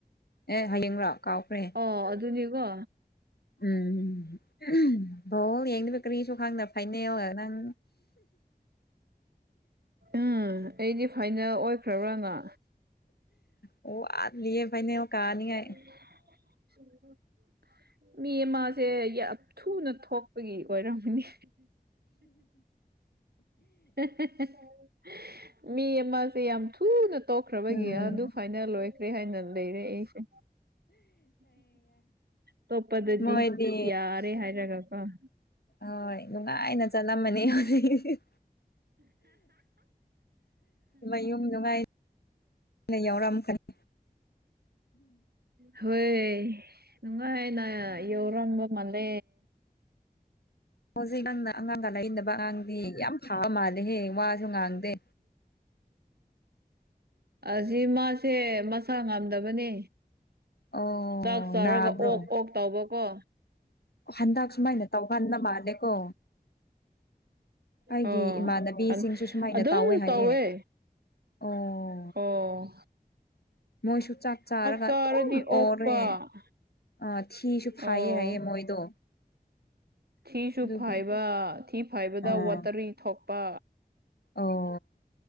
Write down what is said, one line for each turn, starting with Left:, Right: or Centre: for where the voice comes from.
Left: ꯑꯦ ꯍꯌꯦꯡꯔ ꯀꯥꯎꯈ꯭ꯔꯦ
Right: ꯑꯣ ꯑꯗꯨꯅꯤꯀꯣ
Left: ꯎꯝ ꯎꯝ ꯕꫭꯜ ꯌꯦꯡꯉꯤꯔ ꯀꯔꯤꯁꯨ ꯈꯪꯗ ꯐꯥꯏꯅꯦ ꯑꯣ ꯅꯪ
Right: ꯎꯝ ꯑꯩꯗꯤ ꯐꯥꯏꯅꯦꯜ ꯑꯣꯏꯈ꯭ꯔꯕ꯭ꯔꯥꯅ
Left: ꯑꯣ ꯋꯥꯠꯂꯤꯌꯦ ꯐꯥꯏꯅꯦ ꯀꯥꯅꯤ ꯉꯥꯏ
Right: ꯎ <unintelligible> ꯎꯝ <unintelligible> ꯃꯤ ꯑꯃꯁꯦ ꯌꯥꯝ ꯊꯨꯅ ꯊꯣꯛꯄꯒꯤ ꯑꯣꯏꯔꯝꯃꯅꯤ <inaudible> ꯃꯤ ꯑꯃꯁꯦ ꯌꯥꯝ ꯊꯨꯅ ꯇꯣꯛꯈ꯭ꯔꯕꯒꯤ
Left: ꯎꯝ
Right: ꯑꯗꯨ ꯐꯥꯏꯅꯦꯜ ꯂꯣꯏꯈ꯭ꯔꯦ ꯍꯥꯏꯅ ꯂꯩꯔꯦ ꯑꯩꯁꯦ ꯇꯣꯞꯄꯗꯗꯤ
Left: ꯃꯣꯏꯗꯤ
Right: ꯌꯥꯔꯦ ꯍꯥꯏꯔ <unintelligible>
Left: ꯍꯣꯏ ꯅꯨꯡꯉꯥꯏꯅ ꯆꯠꯂꯝꯃꯅꯤ ꯍꯧꯖꯤꯛ ꯅꯌꯨꯝ ꯅꯨꯡꯉꯥꯏ ꯅ ꯌꯥꯎ ꯔꯝ ꯈꯅꯤ
Right: ꯍꯣꯏ ꯅꯨꯡꯉꯥꯏꯅ ꯌꯧꯔꯝꯕ ꯃꯥꯜꯂꯦ
Left: ꯍꯧꯖꯤꯛ ꯅꯪꯅ ꯑꯉꯥꯡꯒ ꯂꯩꯕ ꯑꯉꯥꯡꯗꯤ ꯌꯥꯝ ꯐꯥꯕ ꯃꯥꯜꯂꯦꯍꯦ ꯋꯥꯁꯨ ꯉꯥꯡꯗꯦ
Right: ꯑꯁꯤ ꯃꯥꯁꯦ ꯃꯁꯥ ꯉꯝꯗꯕꯅꯦ
Left: ꯑꯣ
Right: ꯆꯥꯛ ꯆꯥꯔꯒ
Left: ꯅꯥꯕ꯭ꯔꯣ
Right: ꯑꯣꯛ ꯑꯣꯛ ꯇꯧꯕ ꯀꯣ
Left: ꯍꯟꯗꯛ ꯁꯨꯃꯥꯏꯅ ꯇꯧꯒꯟꯕ ꯃꯥꯜꯂꯦꯀꯣ ꯑꯩꯒꯤ
Right: ꯑꯣ
Left: ꯏꯃꯥꯟꯅꯕꯤꯁꯤꯡꯁꯨ ꯁꯨꯃꯥꯏꯅ
Right: ꯑꯗꯨꯝ
Left: ꯍꯥꯏꯌꯦ
Right: ꯇꯧꯋꯦ
Left: ꯑꯣ
Right: ꯑꯣ
Left: ꯃꯣꯏꯁꯨ ꯆꯥꯛ ꯆꯥꯔꯒ
Right: ꯆꯥꯔꯗꯤ
Left: ꯑꯗꯨꯝ
Right: ꯑꯣꯛꯄ
Left: ꯑꯣꯔꯦ ꯑꯥ ꯊꯤꯖꯨ ꯐꯥꯏꯌꯦ
Right: ꯑꯣ
Left: ꯍꯥꯏꯌꯦ ꯃꯣꯏꯗꯣ
Right: ꯊꯤꯖꯨ
Left: ꯑꯗꯨꯒꯤ
Right: ꯐꯥꯏꯕ ꯊꯤ ꯐꯥꯏꯕꯗ
Left: ꯑꯥ
Right: ꯋꯥꯇꯔꯤ ꯊꯣꯛꯄ
Left: ꯑꯣ